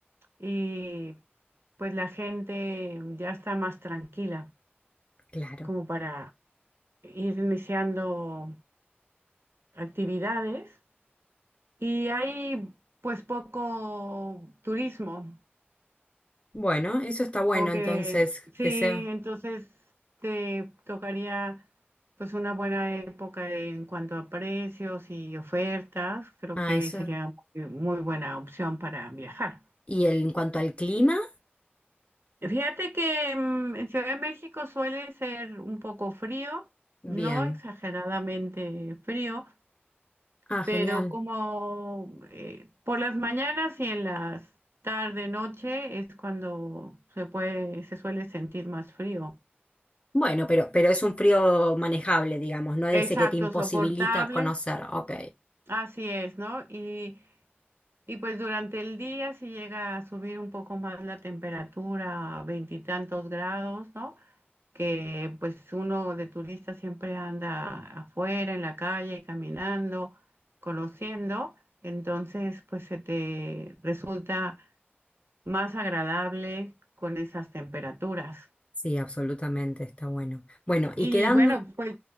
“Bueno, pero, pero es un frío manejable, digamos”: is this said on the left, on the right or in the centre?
Left